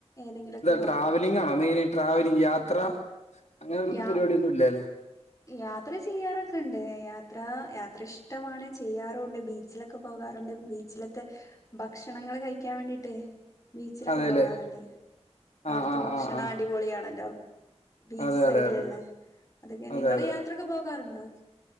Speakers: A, on the left (about 30°); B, on the left (about 85°).
A: ഏതെങ്കിലൊക്കെ
B: ട്രാവലിംഗാണൊമെയിൻ ട്രാവലിംഗ് യാത്ര അങ്ങനെ
A: യാ
B: പരിപാടിയൊന്നും ഇല്ല അല്ലേ
A: യാത്ര ചെയ്യാറൊക്കെണ്ട് യാത്ര യാത്ര ഇഷ്ടമാണ് ചെയ്യാറുണ്ട് ബീച്ചിലൊക്കെ പോകാറുണ്ട് ബീ ച്ചിലത്തെ ഭക്ഷണങ്ങൾ കഴിയ്ക്കാൻ വേണ്ടീട്ടേ ബീച്ചിലൊക്കെ
B: അതെല്ലേ
A: പോകാറുണ്ട് അവട്ത്തെ
B: ആ ആ
A: ഭക്ഷണം
B: ആ ആ
A: അടിപൊളിയാണല്ലോ ബീച്ച്
B: അതെ
A: സൈഡില്ഉള്ള
B: അതെ അതെ
A: അതൊക്കെ
B: അതെ
A: നിങ്ങള്
B: അതെ
A: യാത്രൊക്കെ പോകാറുണ്ടോ
B: <unintelligible>